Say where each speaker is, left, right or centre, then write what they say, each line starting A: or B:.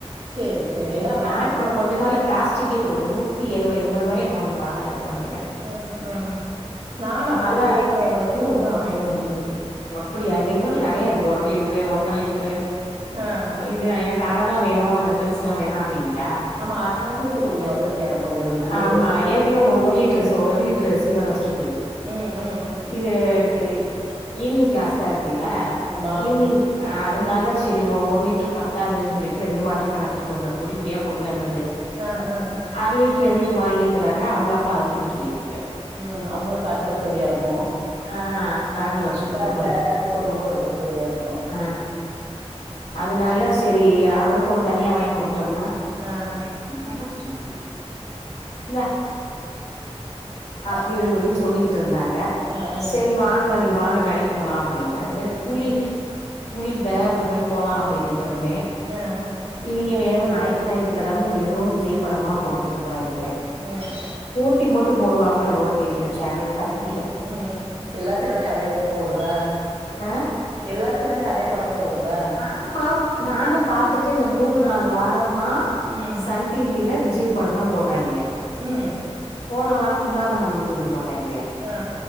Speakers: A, on the right; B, on the left.
A: செரி செரி என்ன வெளாடிங்க
B: நா இப்ப
A: நீங்க
B: கொஞ்ச நாளா பிளாஸ்டிக்கே கொடுக்கனு நூத்தி ஏழு எண்பது ரூவாயோ என்னமோ ஒன்னு பாத்து பண்ணிடு
A: ம் ஆஆ நானு அப்டுதா
B: அதா
A: தேட்றே ஒனக்கு ஒன்னு அமைய மாட்டேங்கிது
B: அப்டியா இந்த இங்குனகுள்ள நெறையா இருக்கு ஒரு லிட்ரு ஒன்றரை லிட்ரு
A: ஆ
B: ஐய்ரியா எனக்கு அரதா வேணு அந்த பெருசலா வேணா அப்டின்டா
A: ஆமா அரனா தூக்கி குடிக்க வசதியா இருக்கு இதுகளுக்கு
B: ஆமா ஏற்கனவே ஒ ஒரு லிட்ரு சோ ஒரு லிட்ரு சில்வர் வச்சிருக்கு
A: ம் ம்
B: இது கேய் ஈவினிங் கிளாஸ்ல இருக்ல
A: ஆமா
B: ஈவினிங் ஆ அதனால செரி ஓ ஒரு லிட்ரு பத்தாதுனு சொல்லிட்டு ரெண்டு வாட்ரு கேன குடுத்து வுடுறது குட்டி குட்டியா குடுங்கனது
A: ஆ ஆ
B: அர லிட்ரு இவளுக்கு வாங்கிட்டு வர்ரே அவங்க அப்பா அத தூக்கிட்டு போய்டு இருக்காரு
A: ம் அவங்களுக்கு அது வசதியா இருக்கு
B: ஆ பேக்ல வச்சு கூட்டு
A: பேக்ல
B: போறது
A: கொண்டு போறதுக்கு வசதியா இருக்கு
B: ஆ
A: <inaudible>
B: அதனால சேரி அவருக்கு ஒண்ணு தனியா வாங்கி குடுத்துட்டோம்னா
A: ஆ
B: அமச்சுடு இந்தா அப்டின் சொல்லி சொல்லிக்கிட்டு இருந்தாங்க
A: ஆ ஆ
B: சேரி வாங்கலே நீங்க வாங்க கடைக்கி போலாம் அப்டின்னாரு குளி
A: ம்
B: குளிபே அப்புறமேல் போலா அப்டின்னுட்டு இருந்தே
A: ஆ
B: இவிங்க வேற ஞாயிற்றுஞாயிற்று க்கிழம வெறு விஜய் படமா போட்டுக்கிட்டு இருக்கறாங்கே
A: ம்
B: போட்டி போட்டு போடுவாங்களோ என்னமோ தெரியல சேனல் காரேங்க
A: ம் எல்லா சேனல்லயு அதே படமே ஓடுதா
B: ஆ
A: எல்லாச் சேனல்லயு அதே படமே ஓடுதா
B: ஆமா நானு பாத்துட்டு இந்த மூணு நாலு வாரமா
A: ம்
B: சன் டிவில விஜய் படந் தா போர்ராங்கே
A: ம்
B: போன வாரோ துள்ளாத மனம் துள்ளும் போட்டாங்கே
A: ஆ